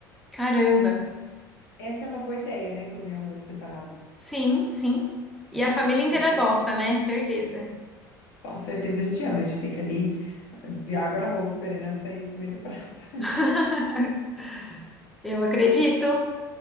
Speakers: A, in the centre; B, on the left.
A: Caramba.
B: Essa é uma boa ideia, né? Cozinhar um molho separado.
A: Sim, sim. E a família inteira
B: Porque
A: gosta, né? Certeza.
B: com certeza a gente ama, a gente fica ali eh, de água na boca esperando sair o primeiro <laughs> prato.
A: <laughs> Eu acredito.